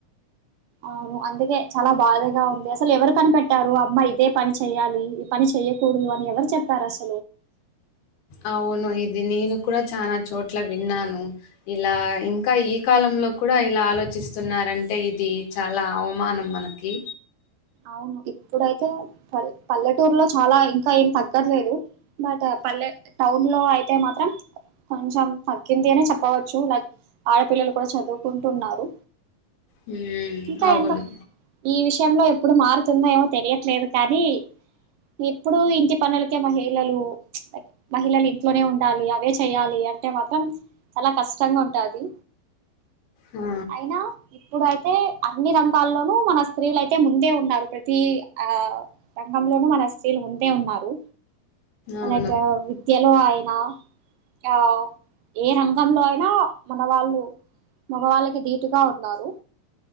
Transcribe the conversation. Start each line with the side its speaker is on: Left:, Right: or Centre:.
Right: అవును అందుకే చాలా బాధగా ఉంది అసలు ఎవరు కనిపెట్టారు అమ్మా ఇదే పని చెయ్యాలి ఈ పని చెయ్యకూడదు అని ఎవరు చెప్పారు అసలు
Left: అవును ఇది నేను కూడా చాలా చోట్ల విన్నాను ఇలా ఇంకా ఈ కాలంలో కూడా ఇలా ఆలోచిస్తున్నారంటే ఇది చాలా అవమానం మనకి
Right: అవును ఇప్పుడైతే పల్ పల్లెటూరులో చాలా ఇంకా ఏం తగ్గట్లేదు బట్ పల్లె టౌన్ లో అయితే మాత్రం కొంచెం తగ్గింది అనే చెప్పవచ్చు లైక్ ఆడపిల్లలు కూడా చదువుకుంటున్నారు
Left: హ్మ్.
Right: ఇంకా
Left: అవును.
Right: ఎందొ ఈ విషయంలో ఎప్ ఇప్పుడు మారుతుందో ఏమో తెలియట్లేదు కానీ ఎప్పుడుూ ఇంటి పనులకే మహిళలు మహిళలు ఇంట్లోనే ఉండాలి అవే చెయ్యాలి అంటే మాత్రం చాలా కష్టంగా ఉంటది
Left: ఆ!
Right: అయినా ఇప్పుడయితే అన్ని రంగాల్లోనూ మన స్త్రీలు అయితే ముందే ఉన్నారు ప్రతి ఆ రంగంలోనూ మన స్త్రీలు ముందే ఉన్నారు అలా
Left: అవును.
Right: విద్యా లో అయినా ఆ ఏ రంగంలో అయినా మన వాళ్ళు మగవాళ్ళకి ధీటుగా ఉన్నారు